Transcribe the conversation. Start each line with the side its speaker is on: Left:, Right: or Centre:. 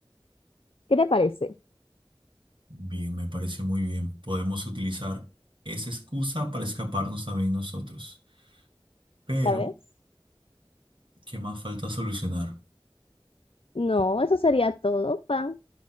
Left: ¿Qué te parece?
Right: Bien, me parece muy bien. Podemos utilizar esa excusa para escaparnos también nosotros. Pero,
Left: ¿Ya ves?
Right: ¿qué más falta solucionar?
Left: No, eso sería todo, pa.